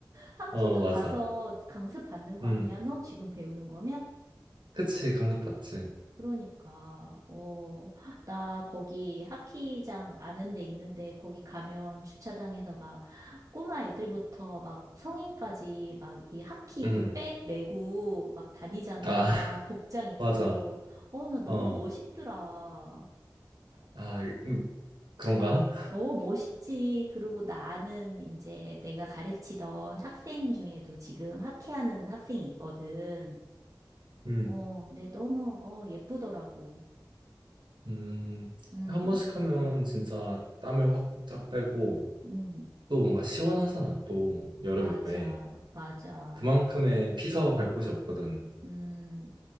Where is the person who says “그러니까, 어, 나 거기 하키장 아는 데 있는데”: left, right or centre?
Right